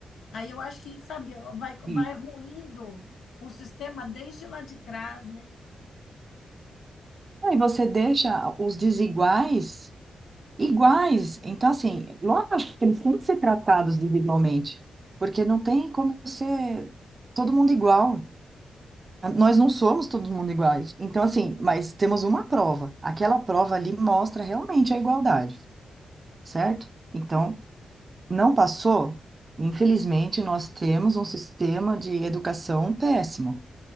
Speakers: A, on the left; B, on the right.
A: Aí eu acho que, sabe, vai, vai
B: E
A: ruindo o sistema desde lá de trás, né?
B: aí você deixa os desiguais iguais. Então, assim, lógico que eles têm que ser tratados desigualmente, porque não tem como ser todo mundo igual. Nós não somos todo mundo iguais. Então, assim, mas temos uma prova. Aquela prova ali mostra realmente a igualdade, certo? Então, não passou? Infelizmente, nós temos um sistema de educação péssimo,